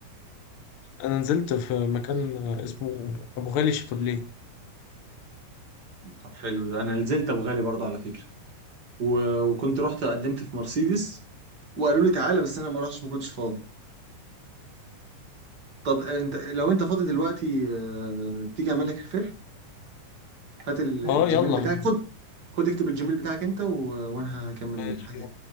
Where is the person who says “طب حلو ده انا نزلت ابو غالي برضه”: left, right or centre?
Right